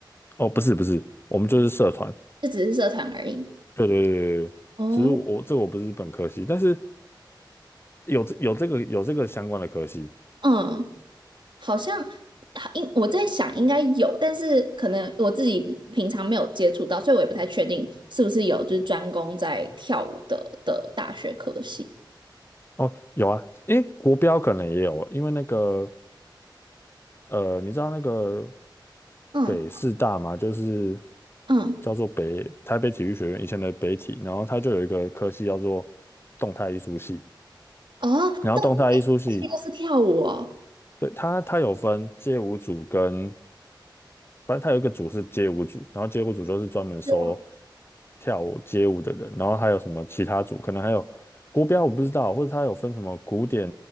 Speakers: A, on the left (about 30°); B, on the right (about 75°).
A: 哦，不是不是，我们就是社团，
B: 这只是社团而已。
A: 对对对对对，
B: 哦，
A: 只是我这个我不是本科系，但是有这有这个有这个相关的科系。
B: 嗯，好像好应我在想应该有，但是可能我自己平常没有接触到，所以我也不太确定是不是有就是专攻在跳舞的的大学科系。
A: 哦，有啊，诶，国标可能也有，因为那个呃，你知道那个
B: 嗯
A: 北师大吗？就是
B: 嗯，
A: 叫做北台北体育学院以前的北体，然后它就有一个科系叫做动态艺术系，
B: 哦，
A: 然后动态艺术系，
B: 都是都是跳舞哦，
A: 对，它它有分街舞组跟，反正它有一个组是街舞组，然后街舞组就是专门收
B: 是哦
A: 跳舞街舞的人，然后还有什么其他组，可能还有国标我不知道，或者它有分什么古典